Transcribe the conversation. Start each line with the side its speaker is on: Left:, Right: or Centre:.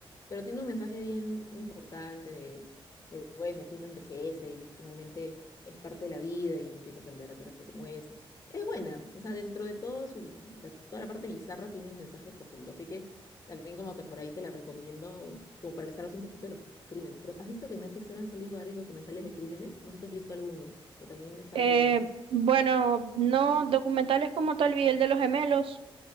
Left: Pero tiene un mensaje bien importante de, de, bueno, que uno envejece y finalmente es parte de la vida y uno tiene que aprender a quererse como es. Es buena, o sea, dentro de todo su, bi- la- toda la parte bizarra tiene un mensaje profundo. Así que también como que por ahí te la recomiendo, como para que salgas un poquito de los crímenes, pero ¿has visto que en Netflix ahora han salido varios documentales de crímenes? No sé si has visto alguno, que también están
Right: Eh,
Left: buenos.
Right: bueno, no, documentales como tal, vi el de los gemelos.